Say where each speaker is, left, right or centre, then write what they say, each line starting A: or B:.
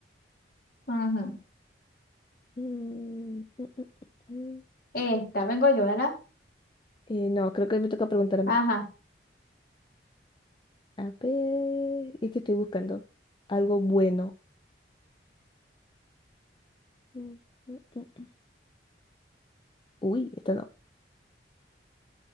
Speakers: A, on the left; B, on the left.
A: Ujú.
B: Mm, mm, mm, mm.
A: Esta, vengo yo, ¿verdad?
B: Eh, no, creo que me toca preguntar a mí.
A: Ajá. <laughs>
B: A ver, es que estoy buscando algo bueno. Mm, mm, mm, Uy, esto no.